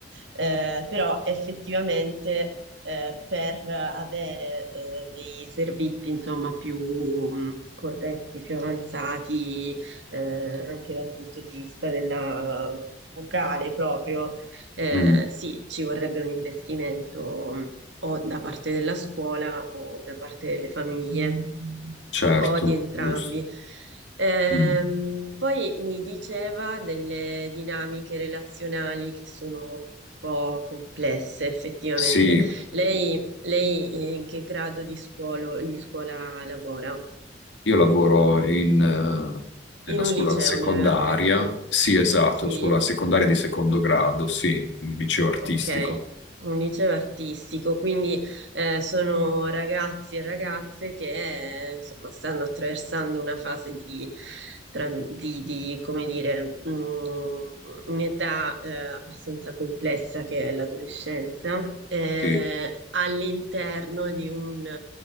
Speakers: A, on the right; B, on the left.
A: Eh, però effettivamente eh, per avere eh, dei servizi insomma più mh, corretti, più avanzati eh, anche dal punto di vista della vocale proprio, eh,
B: mm,
A: sì, ci vorrebbe un investimento mh, o da parte della scuola o da parte delle famiglie
B: certo,
A: o di entrambi.
B: giusto.
A: Ehm,
B: Mm.
A: poi mi diceva delle dinamiche relazionali che sono un po' complesse, effettivamente.
B: Sì,
A: Lei, lei in che grado di scuolo- di scuola lavora?
B: Io lavoro in, eh, nella
A: In un
B: scuola
A: liceo,
B: secondaria,
A: mi aveva detto.
B: sì, esatto,
A: Sì?
B: scuola secondaria di secondo grado, sì, il liceo artistico,
A: Ok, un liceo artistico, quindi Eh, sono ragazzi e ragazze che eh, insomma stanno attraversando una fase di, tran- di- di, come dire, mh, un'età eh, abbastanza complessa che è l'adolescenza, eh,
B: sì,
A: all'interno di un